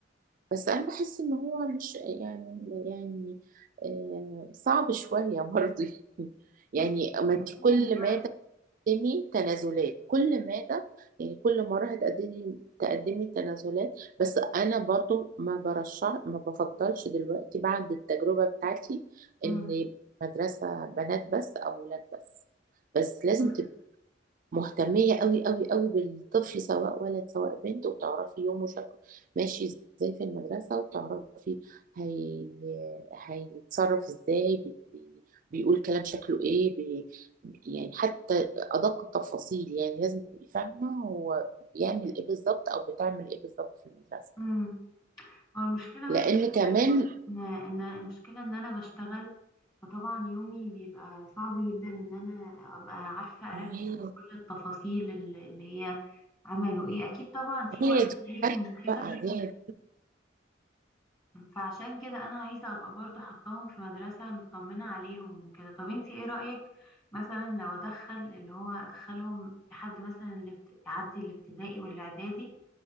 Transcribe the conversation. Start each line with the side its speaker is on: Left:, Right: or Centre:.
Right: بس انا بحس ان هو مش يعني يعني آه، صعب شوية برضه <laughs> يعني
Left: بص
Right: ما انت
Left: الدنيا
Right: كل
Left: دلوقتي
Right: مادة تقدمي تنازلات كل مادة يعني كل مرة هتقدمي تقدمي تنازلات بس أنا برضو ما برشح ما بفضلش دلوقتي بعد التجربة بتاعتي
Left: مم،
Right: إن يبقى مدرسة بنات بس أو ولاد بس بس لازم
Left: مم،
Right: مهتمية قوي قوي قوي بالطفل سواء ولد سواء بنت وتعرفي يومه شكله ماشي ازاي في المدرسة وتعرفي هي... هيتصرف ازاي بي... بي- بيقول كلام شكله ايه بي... يعني حتى أدق التفاصيل يعني لازم تبقي فاهمة هو بيعمل ايه بالظبط أو بتعمل ايه بالظبط في المدرسة
Left: مم. هو المشكلة
Right: لأن
Left: بس
Right: كمان
Left: ان إن المشكلة ان انا بشتغل فطبعا يومي بيبقى صعب جدا ان انا ابقى عارفة اركز
Right: هي
Left: في كل التفاصيل اللي اللي هي عملوا ايه اكيد طبعا في
Right: هي
Left: وقت
Right: دي
Left: ليهم وكده
Right: بقى هي
Left: فعشان كده انا عايزه ابقى برضو حطاهم في مدرسه مطمنه عليهم وكده طب انتي ايه رايك مثلا لو ادخل اللي هو ادخلهم لحد مثلا اللي بت- يعدي الابتدائي والاعدادي